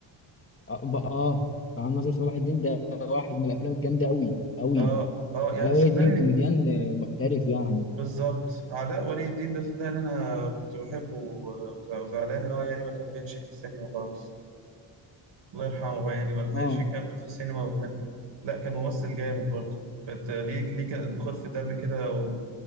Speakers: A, on the left (about 25°); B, on the right (about 60°).
A: اه, ب- آه عن ناصر صلاح الدين ده واحد من الافلام الجامدة قوي قوي
B: اه اه
A: على
B: يعني
A: ولي
B: صدقني
A: الدين كوميديان آه، محترف يعني
B: بالظبط علاء ولي الدين ده صدقني اللي انا كنت بحبه وز- وزعلان ان هو يعني ما كملش في السينما خالص الله يرحمه بقى يعني ما لحقش
A: اه
B: يكمل في السينما وكان لا كان ممثل جامد برضه كانت ليه ليه كان خف دم كده و-